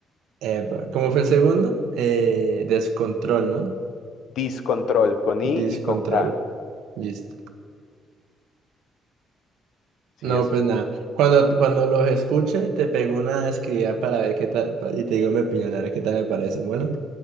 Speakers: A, on the right; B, on the left.
A: Epa, ¿Cómo fue el segundo? Eh, descontrol, ¿no?
B: Discontrol, con I
A: descontrol
B: y con K.
A: Listo.
B: Sí,
A: No,
B: eso
A: pues
B: es.
A: nada. Cuando, cuando los escuche, te pego una escribida para ver qué tal, y te digo mi opinión, a ver qué tal me parece. Bueno,